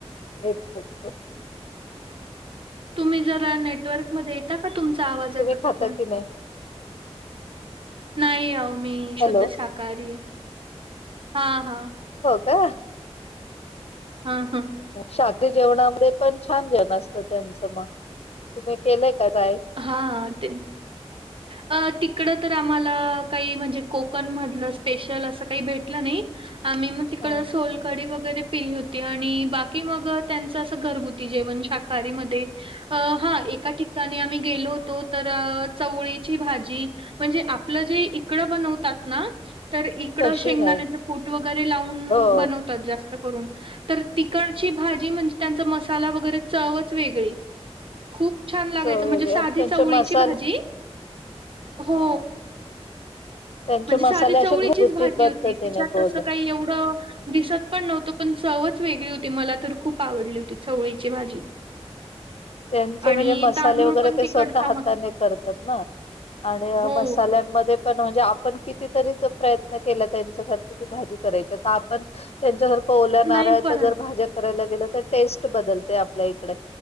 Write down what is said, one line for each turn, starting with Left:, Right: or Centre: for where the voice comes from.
Left: एक <unintelligible>
Right: तुम्ही जरा नेटवर्कमध्ये येता का तुमचा आवाज
Left: तुम्ही
Right: अटकतोय.
Left: खाता की नाही?
Right: नाही अहो मी शुद्ध
Left: हॅलो.
Right: शाकाहारी ये हा हा
Left: हो का
Right: हां, हां.
Left: शॉथ जेवणामध्ये पण छान जेवण असत त्यांच मग तुम्ही केलय का काय?
Right: हा ते अ तिकड तर आम्हाला काही म्हणजे कोकण मधल स्पेशल अस काही भेटल नाही. आम्ही मग तिकड
Left: हां.
Right: सोलकढी वगैरे पिली होती. आणि बाकी मग त्यांच अस घरगुती जेवण शाकाहारीमध्ये अ हा एका ठिकाणी आम्ही गेलो होतो तर चवळीची भाजी म्हणजे आपल जे इकड बनवतात ना तर इकड
Left: तशी
Right: शेंगदाण्याच
Left: नाही.
Right: कूट वगैरे लावून
Left: हो.
Right: बनव तात जास्त करून तर तिकडची भाजी म्हणजे त्यांचा मसाला वगैरे चवच वेगळी खूप छान लागायच
Left: चव
Right: म्हणजे
Left: वेगळी
Right: साधी
Left: आणि त्यांचे
Right: चवळीची
Left: मसाले
Right: भाजी हो
Left: हां. त्यांचे
Right: म्हणजे
Left: मसाले
Right: साधी चवळीचीच
Left: असे घरगुती
Right: भाजी
Left: पद्धतीने
Right: होती तिच्यात
Left: बनवतात.
Right: अस काही एवढं दिसत पण नव्हतं पण चवच वेगळी होती मला तर खूप आवडली होती चवळीची भाजी.
Left: त्यांचे
Right: आणि
Left: म्हणजे मसाले
Right: तांदूळ
Left: वगैरे
Right: पण
Left: ते
Right: तिकडचा
Left: स्वतः हाताने
Right: मस्त
Left: करतात ना आणि
Right: हो
Left: मसा त्यान मध्ये पण म्हणजे आपण किती तरी प्रयत्न केला त्यांच्या सारखी ती भाजी करायची आता आपण त्यांच्यासारखं ओल्या नारळाच्या
Right: नाही बनत.
Left: जर भाज्या करायला गेल्या तर टेस्ट बदलते आपल्या इकडे.